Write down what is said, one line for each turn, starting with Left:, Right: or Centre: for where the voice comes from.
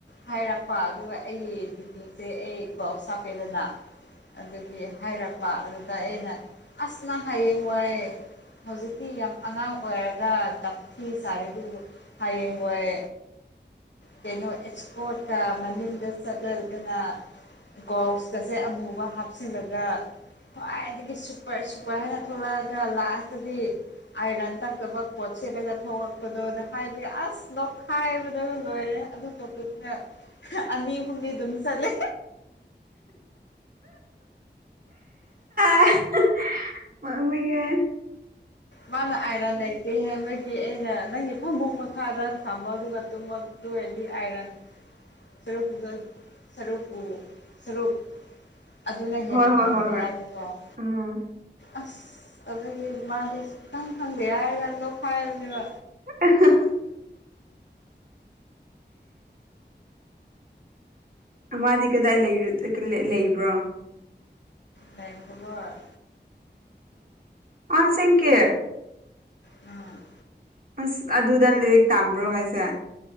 Left: ꯍꯥꯏꯔꯛꯄ ꯑꯗꯨꯒ ꯑꯩ ꯗꯤꯄꯤꯁꯦ ꯑꯩ ꯀꯣꯛ ꯁꯥꯞ ꯍꯥꯄꯦꯗꯅ ꯑꯗꯨꯒꯤ ꯍꯥꯏꯔꯛꯄ ꯑꯗꯨꯗ ꯑꯩꯅ ꯑꯁ ꯅꯪ ꯍꯌꯦꯡꯋꯥꯏ ꯍꯧꯖꯤꯛꯇꯤ ꯌꯥꯝ ꯑꯉꯥꯡ ꯑꯣꯏꯔꯒ ꯇꯞꯈꯤ ꯁꯥꯔꯦ ꯑꯗꯨꯖꯨ ꯍꯌꯦꯡꯋꯥꯏ ꯀꯩꯅꯣ ꯑꯦꯛꯁꯄꯣꯔꯠꯇ ꯃꯅꯤꯡꯗ ꯆꯠꯂꯔꯒꯅ ꯒꯥꯎꯁꯀꯁꯦ ꯑꯃꯨꯕ ꯍꯥꯞꯆꯤꯜꯂꯒ ꯈ꯭ꯋꯥꯏꯗꯒꯤ ꯁꯨꯄꯔ ꯁꯨꯄꯔ ꯍꯥꯏꯅ ꯊꯣꯛꯂꯛꯑꯒ ꯂꯥꯁꯇꯗꯤ ꯑꯩꯅ ꯇꯛꯇꯕ ꯄꯣꯖ ꯁꯦꯠꯂꯒ ꯊꫭꯛꯂꯛ ꯄꯗꫭ ꯍꯥꯏꯗꯤ ꯑꯥꯁ ꯅꫭꯛꯈꯥꯏꯕꯗꫭ ꯂꯣꯏꯔꯦ ꯑꯗꯨ ꯄꯣꯠꯇꯨꯅ ꯑꯅꯤ ꯍꯨꯝꯗꯤ ꯑꯗꯨꯝ ꯆꯠꯂꯦ <unintelligible>
Right: ꯅꫭꯛꯅꯤꯡ ꯉꯦꯍꯦ
Left: ꯃꯥꯅ ꯑꯥꯏꯔ ꯂꯩ ꯀꯩ ꯍꯥꯏꯕꯒꯤ ꯑꯩꯅ ꯅꯪꯒꯤ ꯐꯝꯕꯣꯛ ꯃꯈꯥꯗ ꯊꯝꯃꯣ ꯑꯗꯨꯒ ꯇꯨꯝꯃꯣ ꯑꯗꯨꯒꯔꯗꯤ ꯑꯥꯏꯔꯟ <inaudible> ꯑꯗꯨꯅ ꯍꯦꯟꯅ
Right: ꯍꯣꯏ ꯍꯣꯏ
Left: ꯐꯕꯅꯤ
Right: ꯍꯣꯏ ꯍꯣꯏ
Left: ꯍꯥꯏꯕꯀꫭ
Right: ꯎꯝ
Left: ꯑꯁ ꯑꯗꯨꯗꯒꯤ ꯃꯥꯗꯤ ꯁꯨꯡꯈꯡ ꯈꯪꯗꯦ ꯍꯥꯏꯔꯅꯗꯣꯛꯈꯥꯏꯕꯅꯦꯕ
Right: <unintelligible> ꯃꯥꯗꯤ ꯀꯗꯥꯏ ꯂꯩꯕ꯭ꯔꯣ
Left: ꯂꯩꯏꯕꯕ
Right: ꯑꯁꯦꯡꯀꯤ
Left: ꯎꯝ
Right: ꯑꯁ ꯑꯗꯨꯗ ꯂꯤꯔꯤꯛ ꯇꯥꯝꯕ꯭ꯔꯣ ꯍꯥꯏꯁꯦ